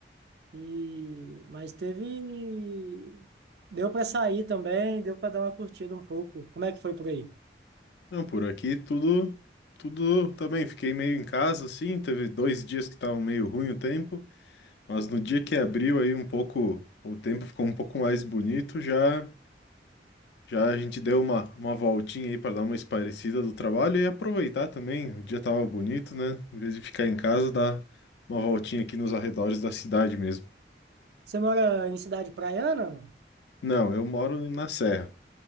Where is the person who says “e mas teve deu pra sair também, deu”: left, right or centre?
Right